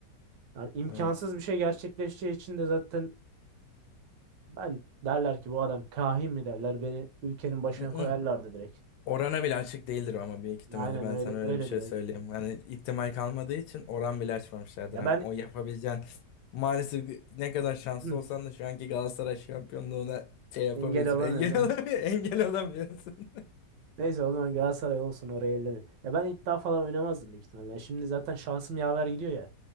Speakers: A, on the right; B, on the left.
A: Yani imkansız
B: Evet.
A: bir şey gerçekleşeceği için de zaten Ben derler ki bu adam kahin mi derler beni ülkenin başına
B: Hı hı.
A: koyarlardı direkt.
B: Orana bile açık değildir ama büyük ihtimalle
A: Aynen
B: ben
A: öyle
B: sana öyle
A: öyledir
B: bir şey
A: öyledir.
B: söyleyeyim. Hani ihtimal kalmadığı için oran bile açmamışlardır.
A: Ya
B: Hani
A: ben
B: o yapabileceğin maalesef ne kadar şanslı
A: <clears throat>
B: olsan da şu anki Galatasaray şampiyonluğuna şey yapamıyorsun.
A: engel olamıyorum.
B: Engel <laughs> olamıyorsun. Engel olamıyorsun.
A: Neyse o zaman Galatasaray olsun oraya elleme. Ya ben iddia falan oynamazdım büyük ihtimalle. Ya Şimdi zaten şansım yaver gidiyor ya.